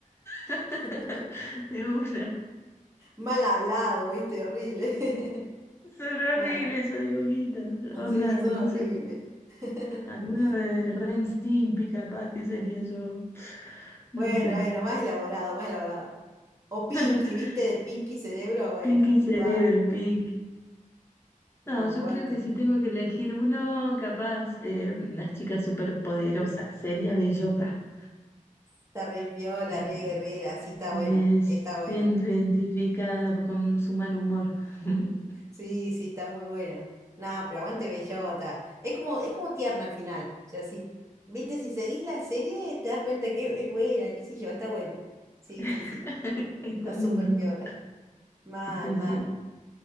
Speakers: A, on the left; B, on the right.
A: <laughs>
B: <laughs>
A: De una.
B: Mal hablado, ¿viste? Horrible. <laughs>
A: Son horribles
B: No,
A: esos dibujitos. Onda,
B: sí, son
A: no
B: horribles.
A: sé.
B: <laughs>
A: Alguno de Ren Stimpy capaz que sería yo. No
B: Bueno,
A: sé.
B: bueno, más elaborado, más elaborado. O Pinky,
A: <laughs>
B: ¿viste? De Pinky Cerebro, bueno,
A: Pinky Cerebro,
B: va,
A: Pinky.
B: nada,
A: No, yo
B: aguante.
A: creo que si tengo que elegir uno, capaz, eh, las chicas superpoderosas, sería Bellota.
B: Está re piola,
A: Me,
B: re guerrera, sí está
A: me
B: buena, está buena.
A: siento identificada con su mal humor. <laughs>
B: Sí, sí, está muy buena. No, pero aguante Bellota. Es como, es como tierna al final. O sea, si, viste, si seguís la serie, te das cuenta que es buena, qué sé yo, está bueno. Sí,
A: <laughs>
B: sí, sí.
A: Es
B: Está
A: ternurita.
B: súper piola. Mal,
A: Sí,
B: mal.
A: sí.